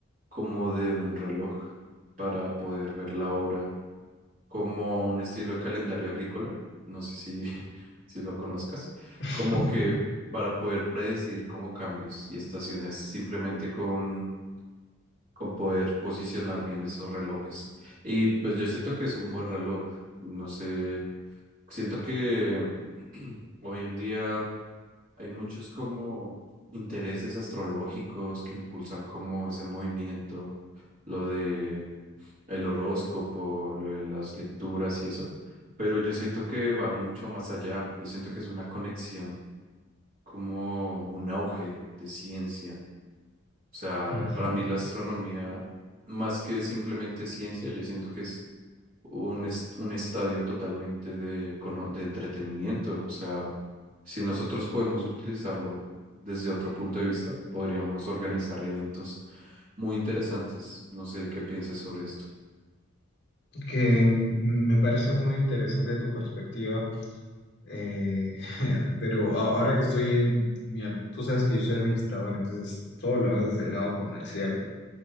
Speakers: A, on the right (about 45°); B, on the left (about 55°).
A: como de un reloj para poder ver la hora, como un estilo de calendario agrícola, no sé si, <laughs> si lo conozcas,
B: <laughs>
A: como que para poder predecir como cambios y estaciones simplemente con, con poder posicionar bien esos relojes. Y pues yo siento que es un buen reloj, no sé. Siento que <clears throat> hoy en día hay muchos como intereses astrológicos que impulsan como ese movimiento, lo de el horóscopo, lo de las lecturas y eso, pero yo siento que va mucho más allá. Yo siento que es una conexión, como un auge de ciencia. O sea,
B: Ujú.
A: para mí la astronomía, más que simplemente ciencia, yo siento que es un, es- un estadio totalmente de, cono- de entretenimiento. O sea, si nosotros podemos utilizarlo desde otro punto de vista, podríamos organizar eventos muy interesantes. No sé qué pienses sobre esto.
B: Que mm, me parece muy interesante tu perspectiva, eh, <laughs> pero a- ahora que estoy en, mira, tú sabes que yo soy administrador, entonces todo lo veo desde el lado comercial